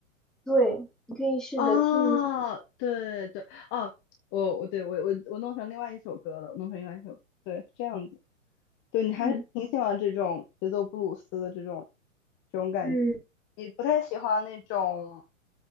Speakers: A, in the centre; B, on the left.
A: 对，你可以试着听一下。
B: 啊，对对哦，我我对我我我弄成另外一首歌了，我弄成另外一首歌对，是这样子。对，你还是挺喜欢这种节奏布鲁斯的这种
A: 嗯，
B: 这种感觉，
A: 嗯，
B: 你不太喜欢那种